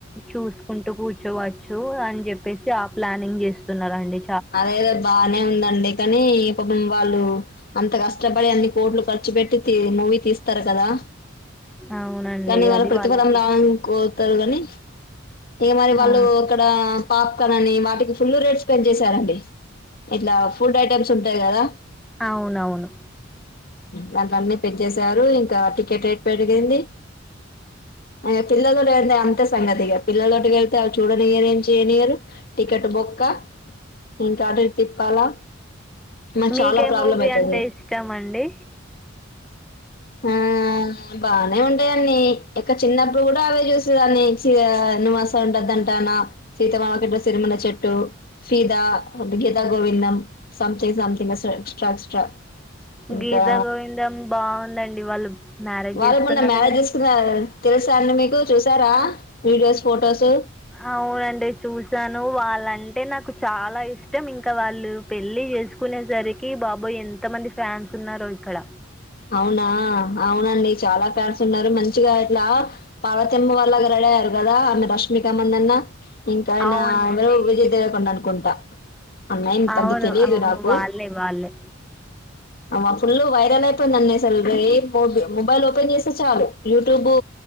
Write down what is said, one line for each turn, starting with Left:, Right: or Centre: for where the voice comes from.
Centre: చూసుకుంటూ కుర్చోవచ్చు చు అని జెప్పేసి ఆ ప్లానింగ్ చేస్తున్నరండి
Left: అదేదో బానే ఉందండి కానీ పాపం వాళ్ళు అంత కష్టపడి అన్ని కోట్లు ఖర్చు పెట్టి తీ మూవీ తీస్తారు కదా
Centre: అవునండి
Left: కానీ వాళ్ళ
Centre: అది
Left: ప్రతిఫలం
Centre: వాళ్ళకి
Left: రావాలనికోతరు గానీ ఇగ మరి వాళ్ళు
Centre: ఆ
Left: అక్కడ పాప్కాన్ అని వాటికి ఫుల్ రేట్స్ పెంచేశారండి ఇట్లా ఫుడ్ ఐటెమ్స్ ఉంటాయి కదా
Centre: అవునవును
Left: దాంట్ల అన్ని పెంచేశారు ఇంకా టికెట్ రేట్ పెరిగింది అయత్ పిల్లతో వెళ్తే అంత సంగతిగా పిల్లతోటి వెళ్తే ఆల్ చూడనియరు ఏం చేయనియరు టికెట్ బొక్క ఇంకా అటు ఇటు తిప్పాలా మాకు
Centre: మీకే
Left: చాలా ప్రాబ్లం
Centre: మూవీ
Left: అయితది
Centre: అంటే ఇష్టమండి
Left: ఆ ఆమ్ బానే ఉంటాయి అండి ఎక్క చిన్నప్పుడు కూడా అవే చూసేదాన్ని నువస్తానంటే వద్దంటాన Seethamma Vakitlo Sirimalle Chettu Fidaa Geetha Govindam something something extra extra ఇంకా
Centre: గీతా గోవిందం బాగుందండి వాళ్ళు మ్యారేజ్
Left: వాళ్ళ
Centre: చేసుకున్నారు
Left: మొన్న మ్యారేజ్
Centre: కదా
Left: చేసుకున్న తెలుసా అండి మీకు చూసారా వీడియోస్ ఫొటోస్
Centre: అవునండి చూసాను వాళ్ వాళ్ళంటే నాకు చాలా ఇష్టం ఇంకా వాళ్ళు పెళ్లి చేసుకునే సరికి కి బాబోయి ఎంత మంది ఫ్యాన్స్ ఉన్నారో ఇక్కడ
Left: అవునా అవునండి చాలా పేర్స్ ఉన్నారు మంచిగా ఇట్లా పార్వతమ్మ వాళ్ళ లాగా రెడీ లయ్యారు కదా ఆమె రష్మికమందాన్న ఇంకా ఆయన
Centre: అవునండి
Left: ఎవరు విజయ్ దేవరకొండ అనుకుం నా మైండ్ కాంత
Centre: అవును
Left: తెలియదు
Centre: అవును
Left: నాకు
Centre: వాళ్ళే వాళ్ళే
Left: అమ ఫుల్లు వై తుంది అన్ని అసల్ ఏ పొద్దునా మొబైల్ ఓపెన్ చేస్తే చాలు యూట్యూబు